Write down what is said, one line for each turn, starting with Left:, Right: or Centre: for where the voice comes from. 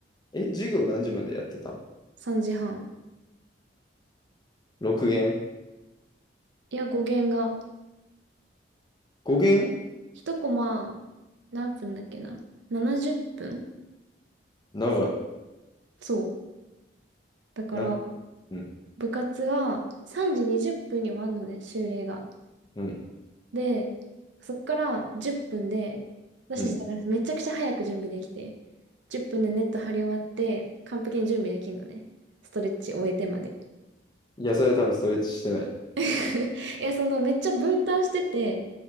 Left: え、授業何時までやってたん
Right: 3時半。
Left: ?6 限
Right: いや、語源が、
Left: ?5 限
Right: 1コマ、何分だっけな。70分
Left: 長い。
Right: そう。だから、
Left: なうん。
Right: 部活が3時20分に終わるのね、終例が。
Left: うん。
Right: で、そっから10分で、私たちだからめちゃくちゃ早く準備できて、
Left: うん。
Right: 10分でネット張り終わって、完璧に準備できるのね。ストレッチ終えてまで。
Left: いや、それは多分ストレッチしてない。
Right: <laughs> いや、そのめっちゃ分担してて、